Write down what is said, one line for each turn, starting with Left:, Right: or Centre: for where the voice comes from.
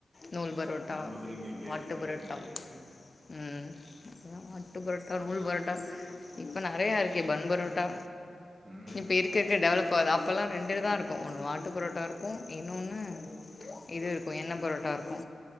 Left: நூல் பரோட்டா
Right: அந்த மாதிரி இங்க எங்க
Left: ஆட்டு
Right: எங்கேயுமே
Left: பரோட்டா
Right: கெடைக்காது
Left: ம் இப்பலா அட்டு பரோட்டா நூல் பரோட்டா இப்போ நெறைய இருக்கே பன் பரோட்டா
Right: ம்
Left: இப்போ இருக்க இருக்க டெவலப் ஆகுது அப்பெல்லா ரெண்டு தா இருக்கு ஒன்னு வாட்டு பரோட்டா இருக்கு இன்னோனு இது இருக்கு எண்ண பரோட்டா இருக்கு